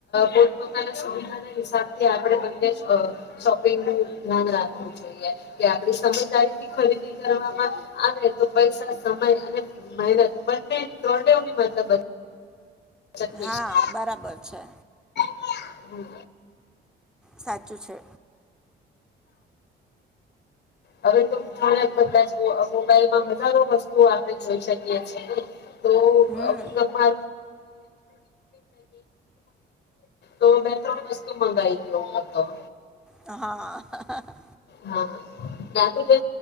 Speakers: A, on the left (about 60°); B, in the centre.
A: પોતપોતાના સુવિધા ના હિસાબથી આપણે બંને શોપિંગ નું ધ્યાન રાખવું જોઈએ કે આપડી સમયદારીથી ખરીદી કરવામાં આવે તો પૈસા સમય અને મહેનત બંને દરડેની મતલબ. બચત થઈ
B: હા
A: શકે.
B: બરાબર છે.
A: <unintelligible> હમ.
B: સાચું છે.
A: હવે તો જાણા બધા જ મોબાઈલમાં હજારો વસ્તુઓ આપણે જોઈ શકીએ છીએ. <unintelligible>
B: હમ
A: ઓઇ તો બે ત્રણ વસ્તુ મંગાઈ ગયો.
B: હા હાહાહા.
A: હા ના કને